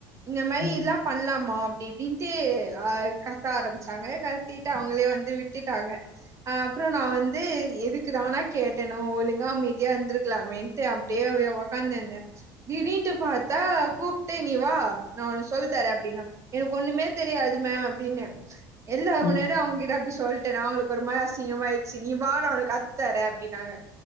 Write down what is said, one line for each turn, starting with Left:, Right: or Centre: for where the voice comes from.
Right: இந்த மயிர்ல்லாம்
Left: ம் ம்
Right: பண்லாமா அப்டி இப்டின்ட்டு் ஆ கத்த ஆரம்பிச்சாங்க கத்திட்டு அ உள்ளே வந்து விட்டுட்டாங்க அ அப்பறோ நா வந்து எதுக்கு தானா கேட்டணோ ஒழுங்கா அமைதியா இருந்திருக்கலாமே ட்டு அப்டியே உக்காந்திந்த திடீட்டு பாத்தா கூப்டே நீ வா நா உனக்கு சொல் தரே அப்டின்னா எனக்கு ஒண்ணுமே தெரியாது மேம் அப்டின்ன எல்லாரு
Left: ம்
Right: முன்னாடி
Left: ம் ம்
Right: அவங் கிட்ட அப்டி சொல்டேனா அவங்களுக்கு ஒரு மாரி அசிங்கமா ஆயிச்சு நீ வா நா உனக்கு கத்து தரே அப்டின்னாங்க